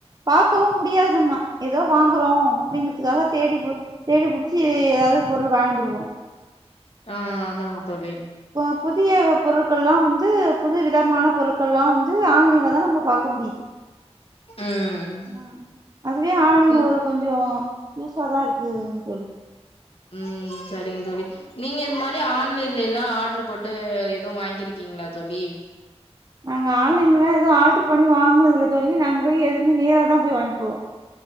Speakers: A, on the right (about 35°); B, on the left (about 65°).
A: பாக்கவு முடியாது நம்ம எதோ வாங்குறோ அப்டிங்கறதுக்காக தேடி போய் தேடி புடிச்சி எதாவ்து பொருள் வாங்கிந்துருவோ
B: ஆ ஆமாங்க தோழி
A: ப்போ புதிய பொருட்கள்லா வந்து புது விதமான பொருட்கள்லா வந்து ஆன்லைன்லதான் நம்ம பாக்க முடியுது
B: ம்
A: அ அதுவே ஆன்லைன்
B: ம்
A: ஒரு கொஞ்சோ யூஸ்ஸாதா இருக்குது தோ
B: ம் சரிங்க தோழி நீங்க இந் மாரி ஆன்லைன்லேல்லா ஆட்ரு போட்டு எதுவு வாங்கிருக்கீங்களா தோழி
A: நாங்க ஆன்லைன்லல்லா எது ஆர்டரு பண்ணி வாங்குனதுல தோழி நாங்க போய் எதுவுமே நேராதா போய் வாங்கிட்ருவோ